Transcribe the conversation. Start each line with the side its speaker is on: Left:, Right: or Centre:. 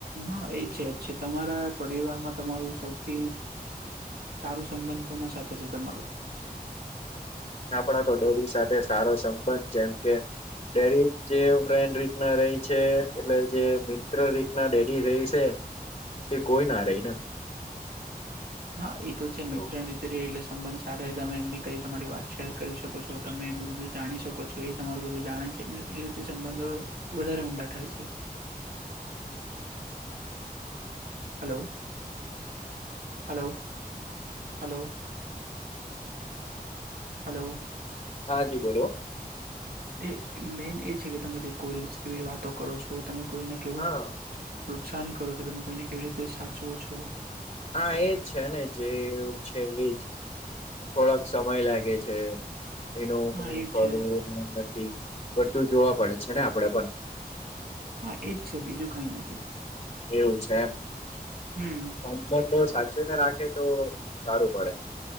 Right: હાએ છે, છે, તમારા પરિવારમાં તમારું સૌથી. સારું સંબંધ કોના સાથે છે, તમારું
Left: આપડા તો ડેડી સાથે સારો સંબંધ જેમ કે ડેડી જે ફ્રેન્ડ રીતના રેય. છે એટલે જે મિત્ર રીતના ડેડી રહી છે, તે કોઈના રહીને,
Right: હા એતો છે, મિત્ર
Left: એવું
Right: રીતે રેય એટલે સંબંધ સારા તમે એમને કઈ તમારી વાત શેર કરી શકો. છો તમે એમનું બધું જાણી શકો છો, એ તમારું બધું જાણે છે, ને એ રીતે સંબંધો વધારે ઊંડા થાય છે. હાલો-હાલો-હાલો, હલો,
Left: હાજી બોલો,
Right: એ મેન એ છે, કે તમે જે કોઈ કેવી રીતે વાતો કરો છો તમે કોઈને કેવું,
Left: હા
Right: પ્રોત્સાહન કરો છો તમે કોઈને કેવી રીતે સાચવો છો,
Left: હા એજ છે ને જેવું છે, એજ થોડાક સમય લાગે છે. એનું
Right: હા એજ
Left: ઘણું
Right: છે
Left: નથી બધું જોવા પડે છે, ને આપડે પણ.
Right: હા એજ છે, બીજું કઈ નથી.
Left: એવું છે એમ,
Right: હું.
Left: સંબંધો સાચવીને રાખે તો સારું પડે,